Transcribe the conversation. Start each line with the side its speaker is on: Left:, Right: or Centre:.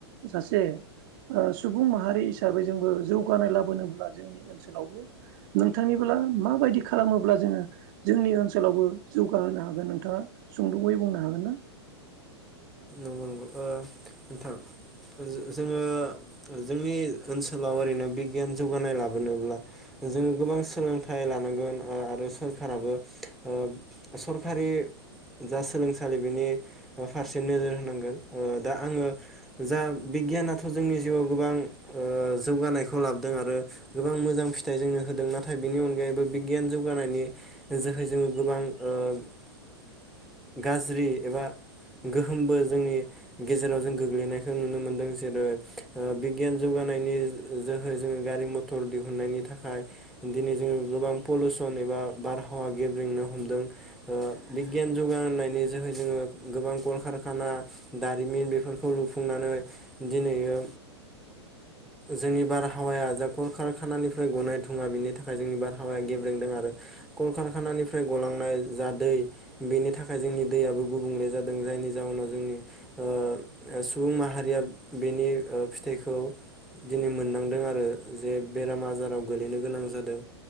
Right: सासे सुबुं माहारि हिसाबै जोंबो जौगानाय लाबोनोब्ला जोंनि ओनसोलावबो नोंथांनिब्ला माबायदि खालामोब्ला जोङो जोंनि ओनसोलावबो जौगाहोनो हागोन नोंथाङा सुंद'यै बुंनो हागोन ना?
Centre: नंगौ नंगौ ओ नोंथां जो-जोङो जोंनि ओनसोलाव ओरैनो बिगियान जौगानाय लाबोनोब्ला जोङो गोबां सोलोंथाइ लानांगोन। आरो सोरखाराबो ओ सरखारि जा सोलोंसालि बेनि फारसे नोजोर होनांगोन ओ दा आङो जा बिगियानथ' जोंनि जिउआव गोबां ओ जौगानायखौ लाबोदों आरो गोबां मोजां फिथाइ जोंनो होदों नाथाय बिनि अनगायैबो बिगियान जौगानायनि जोहै जोङो गोबां ओ गाज्रि एबा गोहोमबो जोंनि गेजेराव जों गोग्लैनायखौ नुनो मोनदों जेरै ओ बिगियान जौगानायनि जोहै जोङो गारि मथर दिहुनन्नायनि थाखाय दिनै जोङो गोबां पलिउसन एबा बारहावा गेब्रेंनो हमदों ओ बिगियान जौगानायनि जोहै जोङो गोबां कलकारखाना दारिमिन बेफोरखौ लुफुंनानै दिनैयो जोंनि बारहावाया जा कलकारखानानिफ्राय गनाय थुङा बेनि थाखाय जोंनि बारहावाया गेब्रेंदों आरो कलकारखानानिफ्राय गलांनाय जा दै बेनि थाखाय जोंनि दैयाबो गुबुंले जा दों। जायनि जाउनाव जोंनि ओ सुबुं माहारिया बेनि ओ फिथाइखौ दिनै मोननांदों आरो जे बेराम आजाराव गोलैनो गोनां जादों